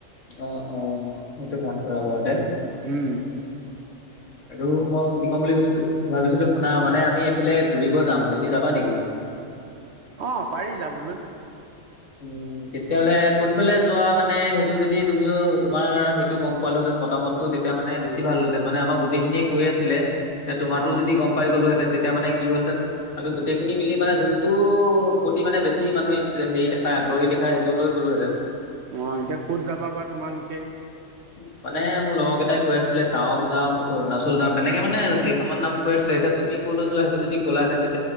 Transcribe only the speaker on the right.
উম
অ', পাৰি যাবলৈ
অ',
অ এতিয়া ক'ত যাবা বাবা তোমালোকে ।